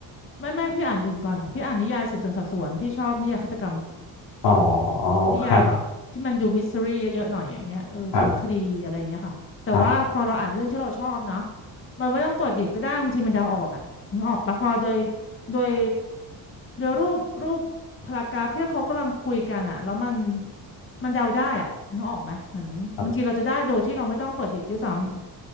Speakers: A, on the left; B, on the left.
A: ไม่ไม่พี่อ่านอื่นก่อนค่ะพี่อ่านนิยายสืบสวนสอบสวนพี่ชอบนิยายฆาตกรรม
B: อ๋อ
A: นิยายแบบที่มันดูมิส
B: ครับ
A: t ต r ี่เยอะๆหน่อยอย่างเงี้ยเออพวกคดีอะไรอย่างเงี้ยค่ะแต่ว่าพอเราอ่านเรื่องที่เราชอบเนาะ
B: ครับ
A: มันไม่ต้องเปิดดิกก็ได้บางทีมันเดาออกอ่ะนึกออกปะพอโดยโดยโดยรูปรูปพารากราฟที่เขากำลังคุยกันอ่ะแล้วมัน มันเดาได้อะนึกออกไหมเหมือนบางทีเราจะได้โดยที่เราไม่ต้องเปิดดิกด้วยซ้ำ
B: ครับ